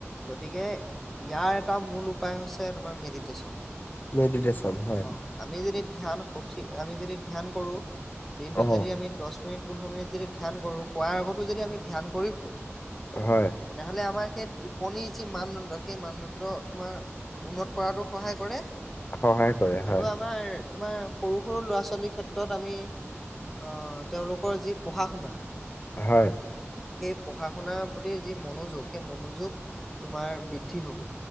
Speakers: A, in the centre; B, on the left.
A: গতিকে ইয়াৰ এটা মূল উপায় হৈছে তোমাৰ মেডিটেশ্যন
B: মেডিতেচন হয়
A: অ আমি যদি ধ্যান সঠিক আমি যদি ধ্যান কৰো দিনটোত
B: অ
A: যদি আমি দছ মিনিট পোন্ধৰ মিনিট যদি ধ্যান কৰো শোৱাৰ আগতো যদি আমি ধ্যান কৰি শু তেনেহ'লে
B: হয়
A: আমাৰ সেই টোপনিৰ যি মানদণ্ড সেই মানদণ্ড তোমাৰ উন্নত কৰাতো সহায় কৰে
B: সহায় কৰে
A: আৰু
B: হয়
A: আমাৰ তোমাৰ সৰু সৰু ল'ৰা ছোৱালীৰ ক্ষেত্ৰত আমি অ তেওঁলোকৰ যি পঢ়া শুনা
B: হয়
A: সেই পঢ়া শুনাৰ প্ৰতি যি মনোযোগ সেই মনোযোগ তোমাৰ বৃদ্ধি হব